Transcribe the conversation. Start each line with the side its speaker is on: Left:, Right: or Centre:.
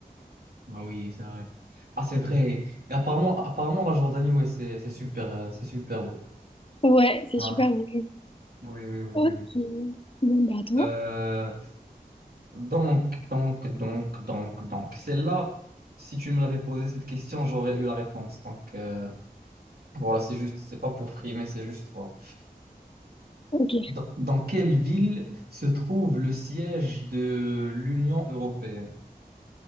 Right: Ah oui, c'est vrai. Ah, c'est vrai. Et apparemment, apparemment, la Jordanie, ouais, c'est c'est super, euh, c'est super beau.
Left: Ouais, c'est
Right: Ouais.
Left: super. bien.
Right: Oui, oui, oui,
Left: Ok.
Right: oui, oui.
Left: Bon bah attends.
Right: Euh, donc, donc, donc, donc, donc, celle-là, si tu me l'avais posé cette question, j'aurais eu la réponse. Donc, euh, voilà, c'est juste, c'est pas pour frimer, c'est juste, voilà.
Left: Ok.
Right: Dans, dans quelle ville se trouve le siège de l'Union européenne?